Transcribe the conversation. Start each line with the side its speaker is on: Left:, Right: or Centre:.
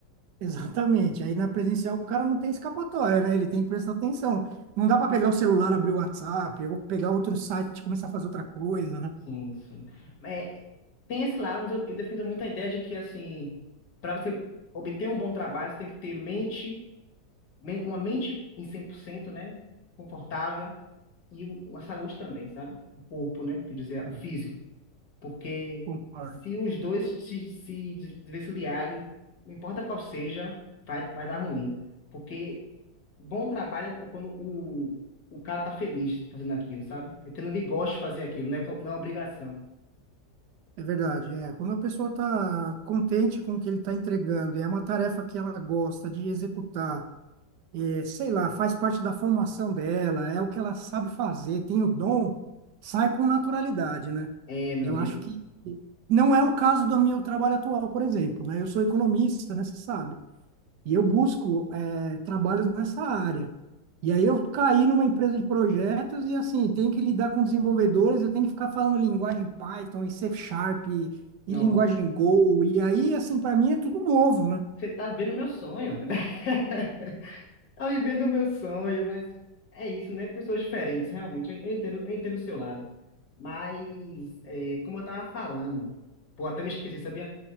Right: Exatamente. Aí na presencial o cara não tem escapatória, né? Ele tem que prestar atenção. Não dá para pegar o celular, abrir o WhatsApp, ou pegar outro site e começar a fazer outra coisa, né?
Left: Sim, sim. É, tem esse lado, mas eu, eu defendo muito a ideia de que, assim, para você obter um bom trabalho, você tem que ter mente, men- uma mente em 100%, né? Confortável e o- a saúde também, sabe? O corpo, né? Quer dizer, o
Right: É,
Left: físico. Porque
Right: Concordo.
Left: se os dois se, se desvencilharem, não importa qual seja, vai, vai dar ruim. Porque bom trabalho é quando o, o cara tá feliz fazendo aquilo, sabe? É quando ele gosta de fazer aquilo, não é, não é obrigação.
Right: É verdade, é. Quando a pessoa está contente com o que ele está entregando, e é uma tarefa que ela gosta de executar, é, sei lá, faz parte da formação dela, é o que ela sabe fazer, tem o dom, sai com naturalidade, né?
Left: É, meu
Right: Eu
Left: amigo,
Right: acho que não é o caso do meu trabalho atual, por exemplo, né? Eu sou economista, né? Você sabe. E eu busco, é, trabalhos nessa área. E aí eu caí numa empresa de projetos e assim, tem que lidar com desenvolvedores, eu tenho que ficar falando linguagem Python e C Sharp e,
Left: não,
Right: e linguagem Go. E aí, assim, para mim é tudo novo, né?
Left: você tá vendo meu sonho. né? <laughs> Tá vivendo o meu sonho, mas é isso, né? Pessoas diferentes, realmente. Eu eu entendo, eu entendo o seu lado. Mas, é, como eu tava falando, pô, até me esqueci, sabia?